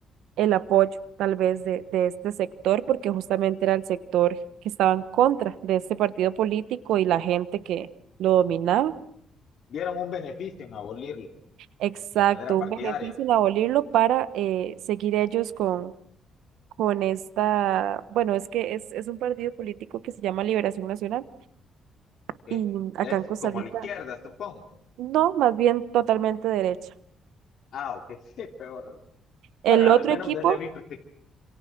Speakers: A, on the right; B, on the left.
A: el apoyo tal vez de, de este sector, porque justamente era el sector que estaba en contra de este partido político y la gente que lo dominaba.
B: vieron un beneficio en abolirlo
A: Exacto,
B: de manera partidaria,
A: un beneficio el abolirlo para eh, seguir ellos con, con esta, bueno, es que es, es un partido político que se llama Liberación Nacional
B: ¿ok?
A: y acá
B: Es
A: en Costa
B: como
A: Rica,
B: la izquierda, supongo.
A: no, más bien totalmente derecha.
B: Ah, ok, <laughs> sí, peor.
A: El
B: Bueno, al
A: otro
B: menos
A: equipo,
B: desde mi perspectiva.